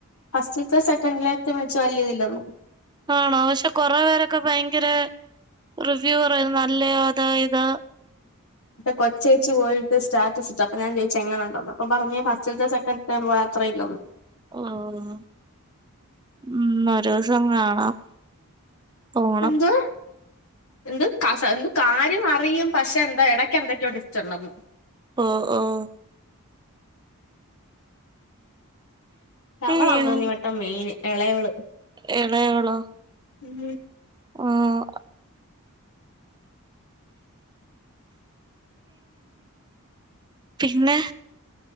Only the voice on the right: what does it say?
ആണോ പക്ഷെ കൊറേ പേരൊക്കെ ഭയങ്കര റിവ്യൂ പറയ നല്ലാ അത് ഇത്
ഉം ഉം ഒരൂസം കാണാം പോണം
ഉം ഉം അയ്യോ
എളയവളോ
ഉം പിന്നെ